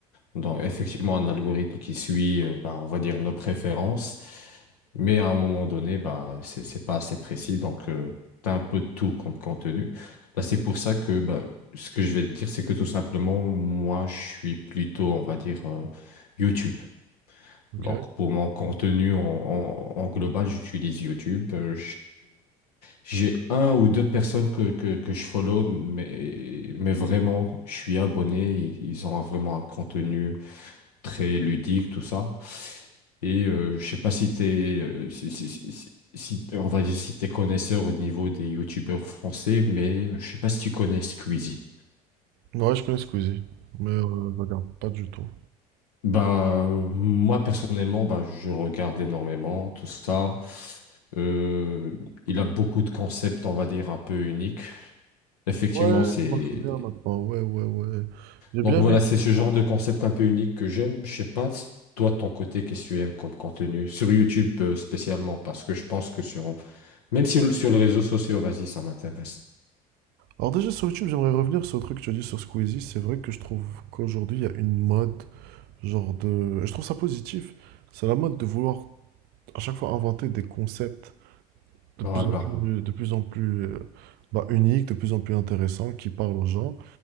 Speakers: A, on the left; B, on the right.
A: dans effectivement un algorithme qui suit, euh, bah, on va dire, nos préférences. Mais à un moment donné, bah, c'est c'est pas assez précis, donc euh, t'as un peu de tout comme contenu. Bah, c'est pour ça que bah, ce que je vais te dire, c'est que tout simplement, moi, je suis plutôt, on va dire, euh, YouTube.
B: Ok.
A: Donc pour mon contenu en, en- en global, j'utilise YouTube. Euh, j'ai un ou deux personnes que, que, que je follow, mais, mais vraiment, je suis abonné. Ils, ils ont vraiment un contenu très ludique, tout ça. Et euh, je sais pas si t'es, euh, si, si, si, si- si- on va dire si t'es connaisseur au niveau des youtubeurs français, mais euh, je sais pas si tu connais Squeezie.
B: Ouais, je connais Squeezie, mais euh, je regarde pas du tout.
A: Bah, euh, moi personnellement, bah, je le regarde énormément, tout ça. Euh, il a beaucoup de concepts, on va dire, un peu uniques. Effectivement,
B: Ouais,
A: c'est
B: je m'en souviens maintenant. Ouais, ouais, ouais. J'ai
A: Donc
B: bien
A: voilà,
B: aimé.
A: c'est ce genre de concept un peu unique que j'aime. Je sais pas, si toi, de ton côté, qu'est-ce que tu aimes comme contenu? Sur YouTube, euh, spécialement, parce que je pense que sur... Même si sur les réseaux sociaux, vas-y, ça m'intéresse.
B: Alors déjà sur YouTube, j'aimerais revenir sur le truc que tu as dit sur Squeezie. C'est vrai que je trouve qu'aujourd'hui, il y a une mode, genre de... et je trouve ça positif. C'est la mode de vouloir à chaque fois inventer des concepts de
A: Voilà.
B: plus en plus, de plus en plus euh, bah, unique, de plus en plus intéressant, qui parle aux gens.